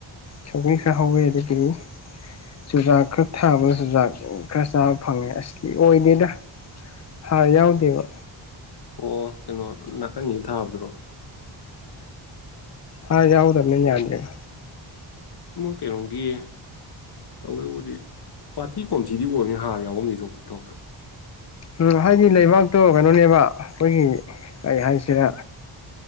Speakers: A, on the left; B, on the left.
A: ꯁꯧꯔꯤ
B: ꯎꯝ
A: ꯈꯔ ꯍꯧꯋꯦ ꯑꯗꯨꯗꯤ ꯆꯨꯖꯥꯛ ꯈꯔ ꯊꯥꯕꯗ ꯆꯨꯖꯥꯛ ꯈꯔ ꯆꯥꯕ ꯐꯪꯉꯦ ꯑꯁꯂꯤ ꯑꯣꯏꯗꯦꯗ ꯍ ꯌꯥꯎꯗꯕ
B: ꯑꯣ ꯀꯩꯅꯣ ꯅꯥꯀꯟꯒꯤ ꯊꯥꯕꯗꯨ꯭ꯔꯣ
A: ꯍꯣꯏ ꯌꯥꯎꯗꯕꯅꯤ ꯌꯥꯅꯤꯕ
B: ꯃꯣꯏ ꯀꯩꯅꯣꯒꯤ ꯇꯧꯋꯦꯕꯨꯗꯤ ꯄꯥꯊꯤ ꯀꯣꯝꯊꯤꯗꯤ ꯑꯣꯏꯔꯅꯤ ꯍꯥꯔ ꯌꯥꯎꯐꯝꯗꯤ ꯊꯣꯛꯇ ꯊꯣꯛꯇ꯭ꯔꯣ
A: ꯎꯝ ꯍꯥꯏꯗꯤ ꯂꯩꯕꯥꯛꯇꯣ ꯀꯩꯅꯣꯅꯦꯕ ꯑꯩꯈꯣꯏꯒꯤ ꯀꯩ ꯍꯥꯏꯁꯤꯦ